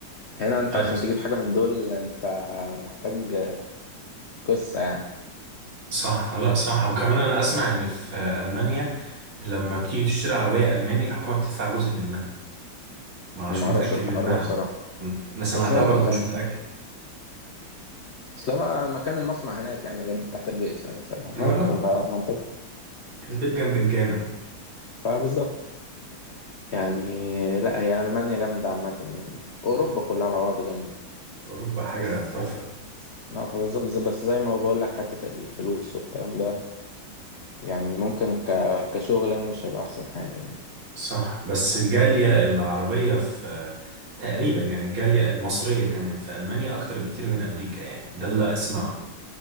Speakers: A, on the left; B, on the right.
A: هنا أنت
B: أي
A: عشان تجيب حاجة من دول أنت محتاج آه، قصة يعني
B: صح لا صح وكمان أنا أسمع إن في ألمانيا لما بتيجي تشتري عربية ألماني الحكومة بتدفع جزء منها مش
A: أنا معرفش
B: متأكد
A: الحوار
B: منها
A: ده بصراحة
B: مم. أنا سمعتها
A: بس ممكن
B: برضو
A: فاهم
B: مش متأكد
A: أصل هو مكان المصنع هناك يعني جنب تحت البيت فاهم فممكن
B: آه
A: بقى منطقي
B: البيت جنب الجامع
A: فبالظبط يعني لا هي ألمانيا جامدة عامة يعني أوروبا كلها على بعض جامدة
B: أوروبا حاجة
A: بس
B: تحفة
A: اه فبالظبط ز- بس زي ما بقول لك حتة الفلوس والكلام ده يعني ممكن ك... كشغل انا مش هيبقى احسن حاجة يعني
B: صح بس الجالية العربية في تقريبا يعني الجالية المصرية كمان في ألمانيا أكتر بكتير من أمريكا يعني ده اللي أسمعه